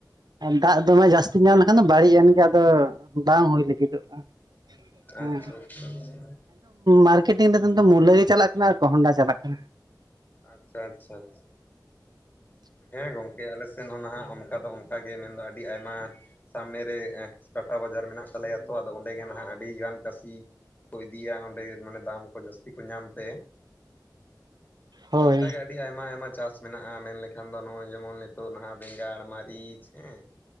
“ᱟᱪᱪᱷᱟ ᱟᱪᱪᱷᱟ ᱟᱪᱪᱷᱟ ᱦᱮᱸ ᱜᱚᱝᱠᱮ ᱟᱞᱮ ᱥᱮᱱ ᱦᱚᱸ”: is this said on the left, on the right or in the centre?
Left